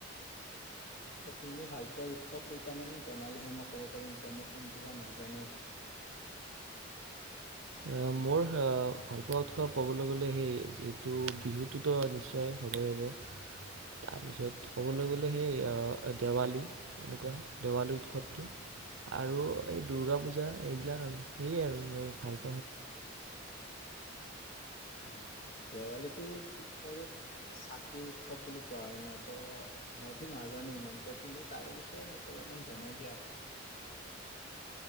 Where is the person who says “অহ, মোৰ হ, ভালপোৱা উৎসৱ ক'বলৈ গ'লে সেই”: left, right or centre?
Right